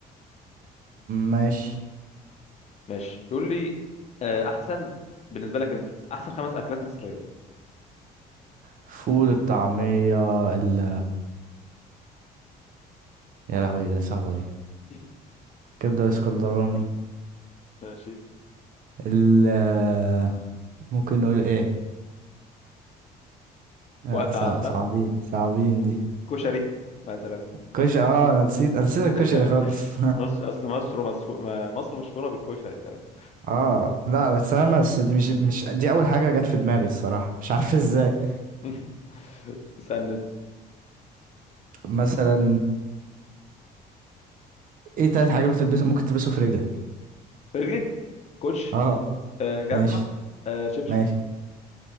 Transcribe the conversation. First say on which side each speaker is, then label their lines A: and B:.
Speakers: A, on the right; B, on the left.
A: ماشي
B: ماشي يقول لي آه، احسن بالنسبه لك انت احسن خمس اكلات مصريه
A: فول الطعمية ال... يا لهوي ده صعبة دي
B: <laughs>
A: كبدة الاسكندراني
B: ماشي
A: ال آه، ممكن نقول ايه لا
B: وقت
A: صع...
B: عدى
A: صعبين صعبين دي
B: كشري مثلا
A: كشري اه انا نسيت
B: <laughs>
A: انا نسيت الكشري خالص
B: مصر اصل مصر مصفو... ما- مصر مشهوره بالكشري فاهم
A: <laughs> اه لا بس انا بس دي مش مش دي اول حاجة جت في دماغي الصراحة مش عارف ازاي
B: <laughs> سند
A: مثلا ايه تلات حاجات بتلبسه ممكن تلبسه في رجلك
B: رجلي كوتش
A: اه
B: آه، جزمه
A: ماشي
B: آه، شبشب
A: ماشي